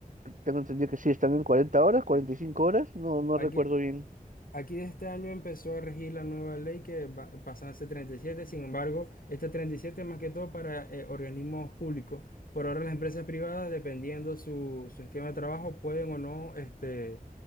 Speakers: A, on the right (about 60°); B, on the left (about 70°).
A: Tengo entendido que sí, están en 40 horas, 45
B: Sí.
A: horas, no, no
B: Hay
A: recuerdo
B: que,
A: bien.
B: Aquí de este año empezó a regir la nueva ley que va- pasa a ser 37. sin embargo, este 37 es más que todo para eh, organismos públicos. Por ahora las empresas privadas, dependiendo su, su esquema de trabajo, pueden o no este,